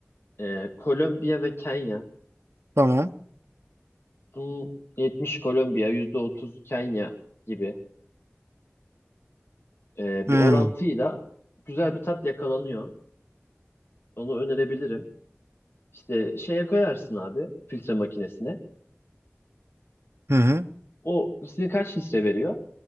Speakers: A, on the left (about 55°); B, on the right (about 70°).
A: Ee, Kolombiya ve Kenya.
B: Tamam.
A: Bunun 70 Kolombiya, %30 Kenya gibi ee,
B: Hı.
A: bir orantıyla güzel bir tat yakalanıyor. Onu önerebilirim. İşte şeye koyarsın abi filtre makinesine.
B: Hı hı.
A: O sizin kaç litre veriyor?